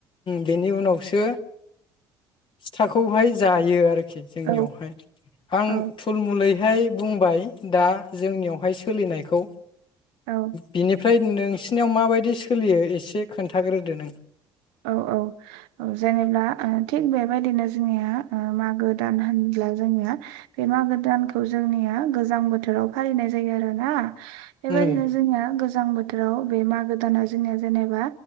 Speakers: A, on the left; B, on the right.
A: बेनि उनावसो फिथाखौहाय जायो आरो खि जोंनियावहाय
B: औ
A: आं
B: औ
A: थुलमलै हाय बुंबाय दा जोंनियावहाय सोलिनायखौ
B: औ
A: बेनि फ्राय नोंसिनियाव माबायदि सोलियो एसे खोन्थाग्रोदो नों।
B: औ औ जेनेबा ओ थिग बेबायदिनो जोंनिया ओ मागो दान होनब्ला जोंनिया बे मा गो दानखौ जोंनिया गोजां बोथोराव फालिनाय जायो आरोना बेबायदिनो
A: उम
B: जोंनिया गोजां बोथोराव बे मागोदाना जोंनिया जेनेबा